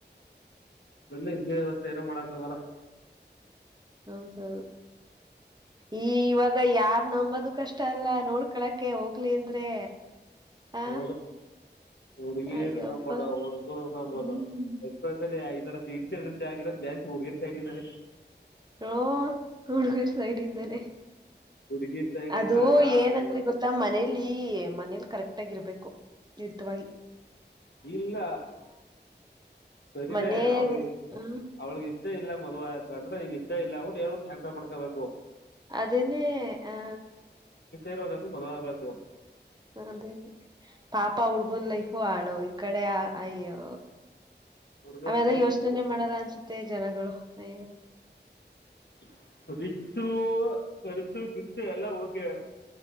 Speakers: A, on the left; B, on the right.
A: ಎಲ್ಲ ಇದೇ ಇವತ್ತ ಏನೋ ಮಾಡಕ್ದಲ್ಲ.
B: ಹೌದೌ ಈ ಇವಾಗ ಯಾರ್ ನಂಬದು ಕಷ್ಟ ಅಲ್ಲ ನೋಡ್ಕಳಕೆ ಹೋಗ್ಲಿ ಅಂದ್ರೆ ಹ
A: ಹೌದು ಉಡುಗಿಯರು
B: ಅಯ್ಯಪ್ಪ
A: ನಮ್ಮದ ಉಡಂಗೂರ್ ನಮ್ಮದ
B: ಹ್ಮ್
A: ಎಕ್ಸ್ಪ್ರೆಸ್ ಅಲ್ಲಿ ಆಯತ. ಈರ ಸ ಸಿ ಇನ್ಸ ಇಡೆಂಟ್ ಆಗಿರೋದು ಜಾಸ್ತಿ ಹುಡುಗರ್ ಸೈಡ್ ಇಂದನೇ.
B: ಹೋ ಹಡುಗರು ಸೈಡಿಂದಾನೆ
A: ಹುಡುಗಿರ್ ಸೈಡ್
B: ಅದು
A: ಇಂದ ಯಾ
B: ಏನಂದ್ರೆ ಗೊತ್ತಾ ಮನೇಲಿ ಮನೇಲಿ ಕರೆಕ್ಟ್ ಟ್ಟಗಿರ್ಬೇಕು ನಿಡಿತವಾಗಿ.
A: ಇಲ್ಲ ಸರಿನೇ
B: ಮನೆ
A: ಅವಳ
B: ಹ್ಮ್
A: ಅವಳಿಗೆಷ್ಟ. ಇಷ್ಟೇ ಇಲ್ಲ ಮದ್ ಆಯಕ ಅಂದ್ರೆ ನೀನ್ ಇಷ್ಟ ಇಲ್ಲ ಟ್ಟು ಹಳ್ಬು ಕ್ಯಾನ್ಸಲ್ ಮಾಡ್ಕೋಬೇಕು.
B: ಅದನೇ ಆ.
A: ಇರೋದದು ಮೊದಲ ಆಬೇಕು
B: ಅದೇ ಪಾಪ ಹುಡುಗನ್ ಲೈಫ ಆಳು ಇಕ್ಕಡೆ ಅಯ್ಯೋ
A: ಹುಡುಗರ್
B: ಅವೆಲ್ಲ
A: ಲೈಫ್
B: ಯೋಚನೆನೇ ಮಾಡಲ್ಲ ಅನ್ಸುತ್ತೆ ಜನಗಳು ಅಯ್ಯ.
A: <unintelligible> <inaudible> ಖರ್ಚು ಗಿರ್ಚು ಎಲ್ಲ ಹೋಗಿ